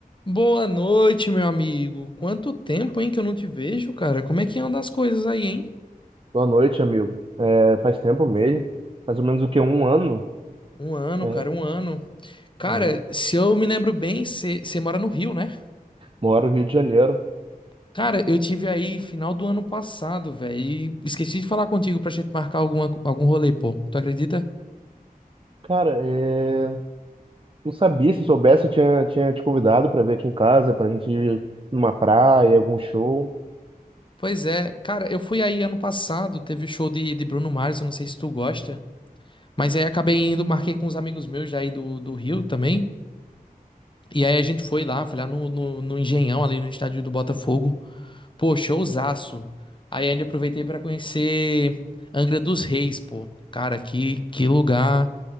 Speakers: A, on the left (about 30°); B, on the right (about 35°).
A: Boa noite, meu amigo. Quanto tempo, hein, que eu não te vejo, cara? Como é que andam as coisas aí, hein?
B: Boa noite, amigo. É, faz tempo mesmo, mais ou menos o que, um ano.
A: Um ano,
B: É,
A: cara, um ano. Cara,
B: é,
A: se eu me lembro bem, você mora no Rio, né?
B: moro no Rio de Janeiro.
A: Cara, eu tive aí final do ano passado, velho, e esqueci de falar contigo pra gente marcar alguma, algum rolê, pô. Tu acredita?
B: Cara, é, não sabia, se soubesse, eu tinha, tinha te convidado para vir aqui em casa, para a gente ir numa praia, algum show.
A: Pois é, cara, eu fui aí ano passado, teve o show de, de Bruno Mars, eu não sei se tu gosta, mas aí acabei indo, marquei com uns amigos meus daí do, do Rio também. E aí a gente foi lá, foi lá no, no, no Engenhão, ali no estádio do Botafogo. Pô, showzaço. Aí ainda aproveitei pra conhecer Angra dos Reis, pô. Cara, que, que lugar